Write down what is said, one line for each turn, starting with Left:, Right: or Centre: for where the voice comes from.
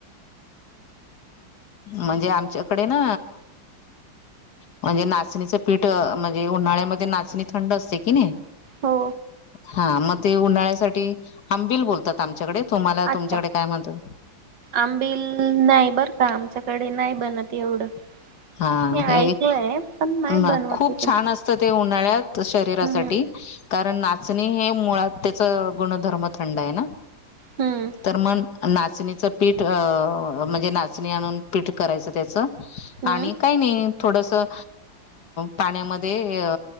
Left: म्हणजे आमच्याकडे ना म्हणजे नाचणीचं पीठ म्हणजे उन्हाळ्यामध्ये नाचणी थंड असते की नाही
Right: हो
Left: हा मग ते उन्हाळ्यासाठी आंबिल बोलतात आमच्याकडे तुम्हाला
Right: अच्छा
Left: तुमच्याकडे काय म्हणतात
Right: आंबिल नाही बर <inaudible> आमच्याकडे नाही बनत एवढं <inaudible>
Left: हा
Right: मी ऐकलंय
Left: हे <inaudible>
Right: पण नाही
Left: ना
Right: बनवत
Left: खूप
Right: इकडे
Left: छान असत ते उन्हाळ्यात शरीरासाठी
Right: हम्म
Left: कारण ना- चणी हे मुळात त्याच गुणधर्म थंड आहे ना
Right: हम्म
Left: तर मन <inaudible> नाचणीचं पीठ म्हणजे नाचणी आणून पीठ करायचं त्याचं-
Right: हम्म
Left: आणि काय नाही- थोडस अ पाण्यामध्ये